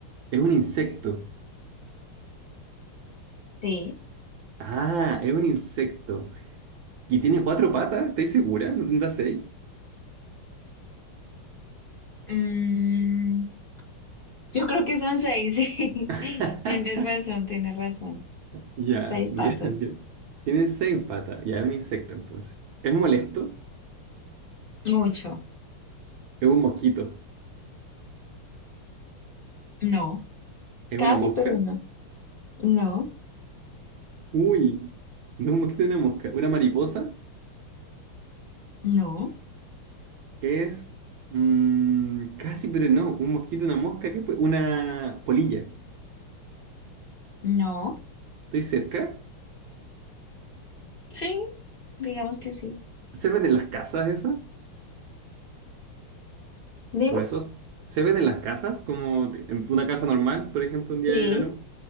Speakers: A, on the right; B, on the left.
A: Es un insecto.
B: sí.
A: Ah, es un insecto. ¿Y tiene cuatro patas? ¿Estáis segura? ¿No tendrá seis?
B: Mm, yo creo que son seis, <laughs> sí.
A: <laughs>
B: Tienes razón, tienes razón.
A: Ya,
B: Seis
A: <laughs> ya
B: patas.
A: entiendo. Tiene seis patas. Ya es un insecto entonces. ¿Es molesto?
B: Mucho.
A: ¿Es un mosquito?
B: No,
A: ¿Es
B: casi,
A: una mosca?
B: pero no. No,
A: Uy, no es un mosquito, es una mosca. ¿Una mariposa?
B: no,
A: Es mm, casi, pero no. Un mosquito, una mosca, ¿qué puede? Una polilla.
B: no.
A: ¿Estoy cerca?
B: Sí, digamos que sí.
A: ¿Se ven en las casas esas?
B: Dime.
A: ¿O esos? ¿Se ven en las casas? Como te- en una casa normal, por ejemplo, un día
B: Sí.
A: de verano.